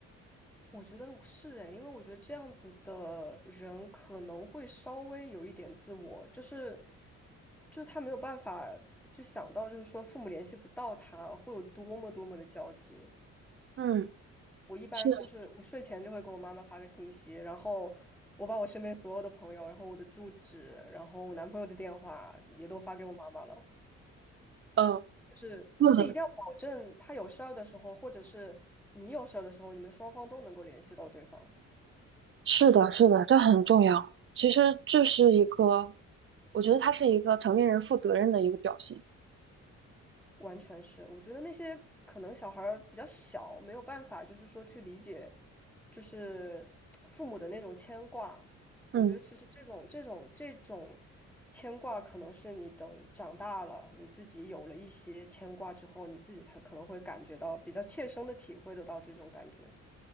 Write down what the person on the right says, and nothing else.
嗯，
是，
呃，
对的，
是的，是的，这很重要。其实这是一个，我觉得他是一个成年人负责任的一个表现。
嗯